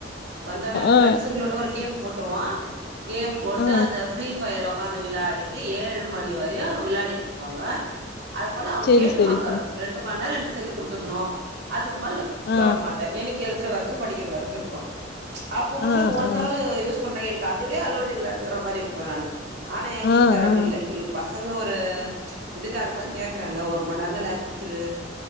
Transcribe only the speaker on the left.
ஆ
ஆ
செரி
செரி செரி
ஆ
ஆ
ஆ
ஆ
ஆ